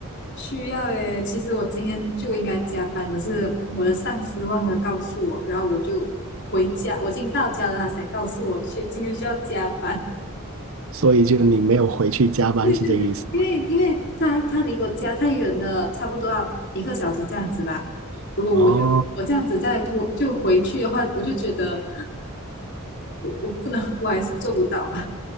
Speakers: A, on the left; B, on the right.
A: 需要耶，其实我今天就应该加班，可是我的上司忘了告诉我，然后我就回家，我已经到家了，他才告诉我去今天需要加班。
B: 所以就你没有回去加班，
A: <laughs> 对对对，
B: 是这个意思吗？
A: 因为因为他他离我家太远了，差不多要一个小时这样子吧。如果我就我这样子再拖就回去的话，
B: 哦，
A: 我就觉得我我不能，我还是做不到吧。